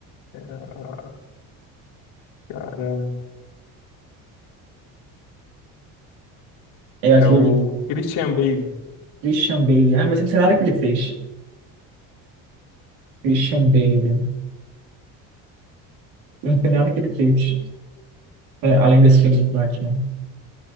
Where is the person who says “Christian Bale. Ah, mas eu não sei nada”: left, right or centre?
Right